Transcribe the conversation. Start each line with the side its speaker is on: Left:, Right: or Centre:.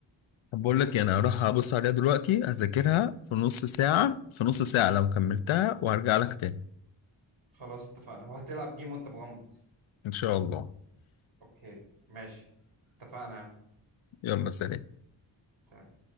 Left: طب بقول لك إيه، انا هروح ابص عليها دلوقتي هذاكرها في نص ساعه في نص ساعه لو كملتها وهرجع لك تاني
Right: خلاص اتفقنا وهتلعب جيم وانت مغمض
Left: ان شاء الله
Right: اوكي ماشي اتفقنا
Left: يلا سلام
Right: سلام